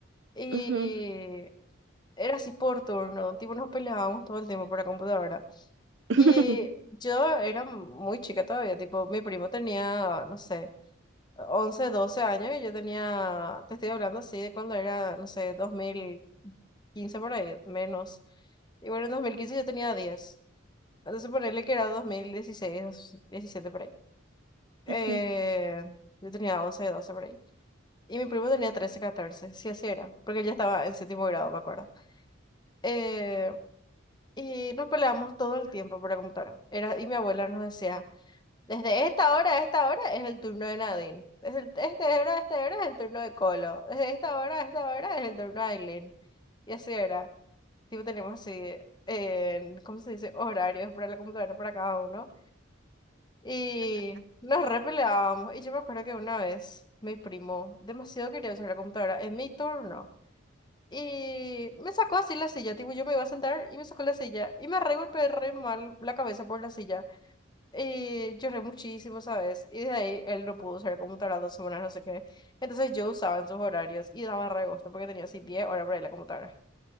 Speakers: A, on the left; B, on the right.
A: Y
B: Ujú,
A: era así por turno, tipo nos peleábamos todo el tiempo por la computadora.
B: <laughs>
A: Y yo era muy chica todavía, tipo, mi primo tenía, no sé, 11 12 años y yo tenía, te estoy hablando así de cuando era, no sé, dos mil quince por ahí, menos. Y bueno, en 2015 yo tenía diez Entonces ponerle que era dos mil dieciséis diecisiete por ahí. Eh,
B: ujú.
A: yo tenía 11 12 por ahí. Y mi primo tenía trece catorce sí, así era, porque él ya estaba en séptimo grado, me acuerdo. Eh, Y nos peleábamos todo el tiempo por la computadora. Era, y mi abuela nos decía, desde esta hora a esta hora es el turno de Nadine. Desde el- esta hora a esta hora es el turno de Colo. Desde esta hora a esta hora es el turno de Aileen. Y así era. Tipo, teníamos así, eh, ¿cómo se dice? Horarios para la computadora para cada uno. Y nos repeleábamos. Y yo me acuerdo que una vez mi primo demasiado quería usar la computadora en mi turno. Y me sacó así la silla, tipo, yo me iba a sentar y me sacó la silla. Y me re golpeé re mal la cabeza por la silla. Y lloré muchísimo, ¿sabes? Y de ahí él no pudo usar computadora dos semanas, no sé qué. Entonces yo usaba en sus horarios y daba re gusto porque tenía así 10 horas para ir a la computadora.